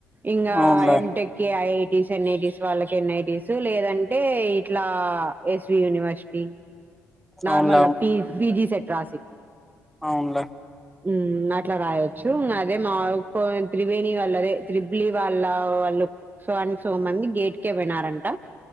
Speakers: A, on the right; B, in the centre.
A: ఇంకా
B: అవునులే
A: ఎ ఎం టెక్ కి ఐ ఐ టీ స్ ఎన్ ఐ టీస్ వాళ్ళకి ఎన్ ఐ టిస్ లేదంటే ఇ ఇలా ఎస్వి యూనివర్సిటీ నార్మల్గా
B: అవునులే
A: పి పిజీ సెట్ రాసిక్
B: అవున్లే
A: హ్మ్ అట్లా రాయొచ్చు అదే మా త్రివేణి వాళ్ళ అదే త్రిబలి వాళ్ళ వాళ్ళుసో అనికి స మంది గేట్కే వినారంట